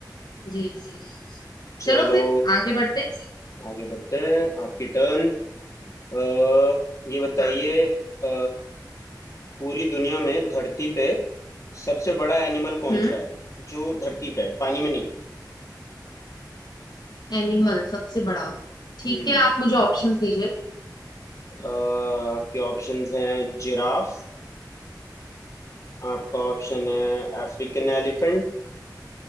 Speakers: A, on the left; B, on the left.
A: जी जी जी।
B: चलो
A: चलो फिर आगे बढ़ते हैं जी,
B: आगे बढ़ते हैं आपकी टर्न अ ये बताइए
A: हाँ
B: अ, पूरी दुनिया में धरती पे सबसे बड़ा एनिमल कौन
A: हम्म
B: सा है जो धरती पे है पानी में नहीं
A: एनिमल सबसे बड़ा ठीक
B: हम्म
A: है आप मुझे ऑप्शंस दीजिए
B: अ, आपके ऑप्शंस हैं जिराफ आपका ऑप्शन है अफ्रीकन एलिफेंट